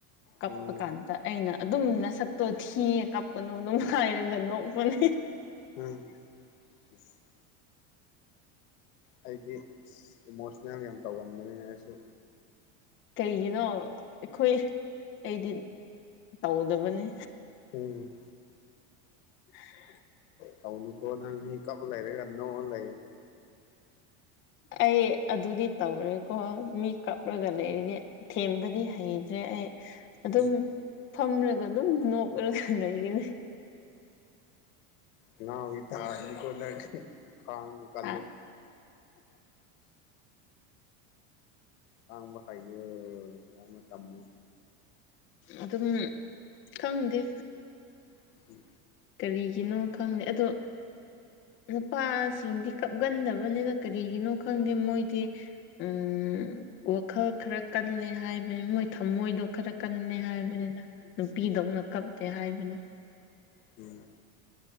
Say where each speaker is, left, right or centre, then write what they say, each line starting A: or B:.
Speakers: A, on the left; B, on the left.
A: ꯀꯞꯄ
B: ꯎꯝ
A: ꯀꯥꯟꯗ ꯑꯩꯅ ꯑꯗꯨꯝ ꯅꯁꯛꯇꯣ ꯊꯤꯌꯦ ꯀꯥꯞꯄꯅꯣ ꯑꯗꯨꯝ ꯍꯥꯏꯔꯒ ꯅꯣꯛꯄꯅꯦ
B: ꯎꯝ ꯏꯁ ꯑꯩꯗꯤ ꯏꯃꯣꯁꯅꯦꯜ ꯌꯥꯝ ꯇꯧꯒꯟꯕꯅꯤꯅ ꯑꯩꯁꯨ
A: ꯀꯩꯒꯤꯅꯣ ꯑꯩꯈꯣꯏ ꯑꯩꯗꯤ ꯇꯧꯗꯕꯅꯤ
B: ꯎꯝ
A: <unintelligible>
B: ꯇꯧꯅꯨ ꯀꯣ ꯅꯪ ꯃꯤ ꯀꯞ ꯂꯩꯔꯒ ꯅꯣꯛꯑꯥ ꯂꯩꯔꯗꯤ
A: ꯑꯩ ꯑꯗꯨꯗꯤ ꯇꯧꯔꯦꯀꯣ ꯃꯤ ꯀꯞꯕꯒ ꯂꯩꯔꯗꯤ ꯊꯦꯝꯕꯗꯤ ꯍꯩꯇ꯭ꯔꯦ ꯑꯩ ꯑꯗꯨꯝ
B: ꯎꯝ
A: ꯐꯝꯔꯒ ꯑꯗꯨꯝ ꯅꯣꯛꯔꯒ ꯂꯩꯩꯒꯅꯤ
B: ꯉꯥꯎꯕꯤ ꯇꯒꯤꯅꯤꯀꯣ ꯅꯪ ꯈꯥꯡ ꯀꯜꯂꯨ
A: ꯍꯥ
B: ꯉꯥꯡꯕ ꯍꯩꯌꯦ ꯉꯡꯃ ꯇꯝꯃꯣ
A: ꯑꯗꯨꯝ ꯈꯪꯗꯦ
B: ꯎꯝ
A: ꯀꯔꯤꯒꯤꯅꯣ ꯈꯪꯗꯦ ꯑꯗꯣ ꯅꯨꯄꯥꯁꯤꯡꯗꯤ ꯀꯞꯒꯟꯗꯕꯅꯤꯅ ꯀꯔꯤꯒꯤꯅꯣ ꯈꯪꯗꯦ ꯃꯣꯏꯗꯤ ꯎꯝ ꯋꯥꯈꯜ ꯈꯔ ꯀꯜꯂꯦ ꯍꯥꯏꯕꯅꯦ ꯃꯣꯏ ꯊꯃꯣꯏꯗꯣ ꯈꯔ ꯀꯟꯅꯦ ꯍꯥꯏꯕꯅꯤꯗ ꯅꯨꯄꯤꯗꯧꯅ ꯀꯞꯇꯦ ꯍꯥꯏꯕꯅꯤ
B: ꯎꯝ